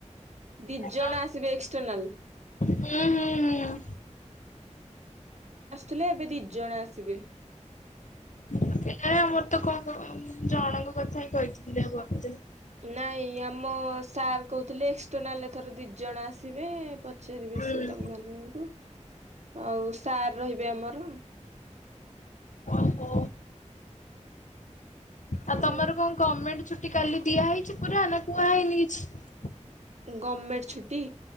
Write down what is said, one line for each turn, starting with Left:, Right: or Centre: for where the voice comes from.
Right: ଦି ଜଣ
Left: ତ
Right: ଆସିବେ ଏକ୍ସଟର୍ନାଲ।
Left: ହୁଁ ହୁଁ ହୁଁ
Right: ଥିଲେ ଏବେ ଦିଜଣ ଆସିବେ।
Left: ନାଇଁ ଆମର ତ କଣ କ ଜଣଙ୍କ କଥା ହିଁ କହିଥିଲି ମତେ।
Right: ନାଇଁ ଆମ ସାର୍ କହୁଥିଲେ ଏକ୍ସଟର୍ନାଲ ଏଥର ଦିଜଣ ଆସିବେ, ପ ପଚାରିବେ
Left: ହୁଁ
Right: ସିଏ ତମ ମାନଙ୍କୁ ଆଉ ସାର୍ ରହିବେ ଆମର।
Left: ଓହୋ।
Right: ସେ
Left: ଆଉ ତମର କଣ ଗମେଣ୍ଟ ଛୁଟି କାଲି ଦିଆ ହେଇଚି ପୁରା, ନା କୁହା ହେଇନି କିଛି?
Right: ଗଭର୍ଣମେଣ୍ଟ ଛୁଟି